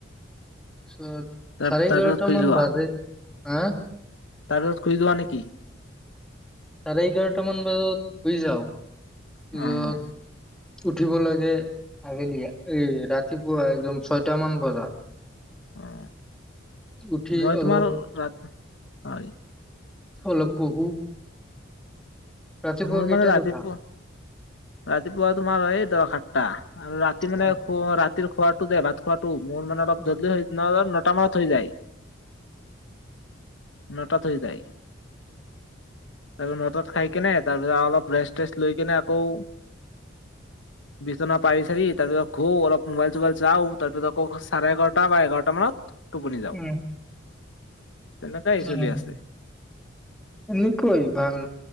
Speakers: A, in the centre; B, on the left.
A: তাৰপিছত
B: তাৰ
A: চাৰে
B: তাৰপিছত
A: এঘাৰটা
B: শুই
A: মান
B: যোৱা
A: বাজে। অ
B: তাৰপিছত শুই যোৱা নেকি?
A: চাৰে এঘাৰটা মান বজাত শুই যাওঁ। পিছত
B: উম।
A: উঠিব লাগে। আবেলি এই ৰাতিপুৱা একদম ছয়টামান বজাত।
B: অ
A: উঠি
B: মই
A: অলপ
B: তোমাৰ ৰাতি হয়
A: হয় অলপ পঢ়ো ৰাতিপুৱা
B: মোৰ
A: কেইটাত
B: মানে ৰাতিপুৱা,
A: উঠা?
B: ৰাতিপুৱা তোমাৰ এই ধৰা সাতটা আৰু ৰাতি মানে
A: অ
B: শুৱা ৰাতি খোৱাটো যে ভাত খোৱাটো মোৰ মানে অলপ
A: অ,
B: জল্দি হয় <unintelligible> মানত হয় যায়। ন তাত হৈ যায়। আৰু ন তাত খায় কেনে তাৰপিছত অলপ ৰেষ্ট চেষ্ট লৈ কিনে আকৌ বিচনা পাৰি চাৰি তাৰ পিছত শু অলপ মোবাইল চোবাইল চাওঁ তাৰ পিছত আকৌ চাৰে এঘাৰটা বা এঘাৰটা মানত টোপনি যাওঁ।
A: উম
B: তেনেকৈ
A: উম।
B: চলি আছে।
A: এনেকৈ ভাল